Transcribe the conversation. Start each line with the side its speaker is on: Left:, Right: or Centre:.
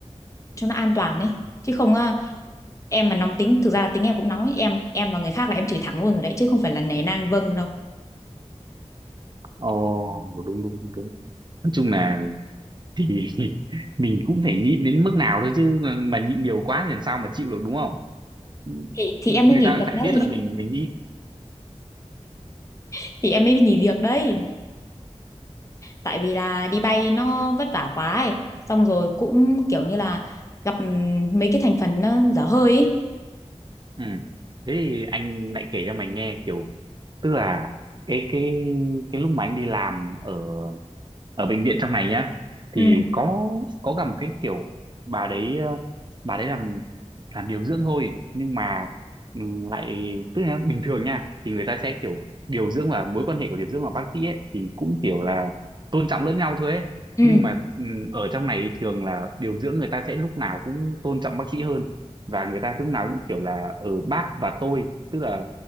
Left: cho nó an toàn ấy chứ không á, em mà nóng tính thực ra tính em cũng nóng ấy em em và người khác là em chửi thẳng luôn rồi đấy chứ không phải là nể nang vâng đâu
Right: ồ đúng đúng đúng đúng nói chung là thì <laughs> mình cũng phải nhịn đến mức nào thôi chứ mà nhịn nhiều quá thì làm sao mà chịu được đúng không Ừ.
Left: thì, thì em
Right: người
Left: mới nghỉ
Right: ta cũng
Left: việc
Right: phải
Left: đấy
Right: biết là mình mình đi
Left: <laughs> thì em mới nghỉ việc đấy tại vì là đi bay nó vất vả quá ấy. Xong rồi cũng kiểu như là gặp ừm, mấy cái thành phần nó dở hơi ấy.
Right: ừ. thế thì anh lại kể cho mày nghe kiểu tức là cái cái cái lúc mà anh đi làm ở ở bệnh viện trong này nhá
Left: Ừ,
Right: thì có có gặp một cái kiểu bà đấy ờ, bà đấy làm làm điều dưỡng thôi nhưng mà ừ, lại tức là bình thường nha thì người ta sẽ kiểu điều dưỡng và mối quan hệ của điều dưỡng và bác sĩ ấy, thì cũng kiểu là tôn trọng lẫn nhau thôi ấy.
Left: ừ,
Right: nhưng mà ừ, ở trong này thường là điều dưỡng người ta sẽ lúc nào cũng tôn trọng bác sĩ hơn và người ta lúc nào cũng kiểu là ở bác và tôi tức là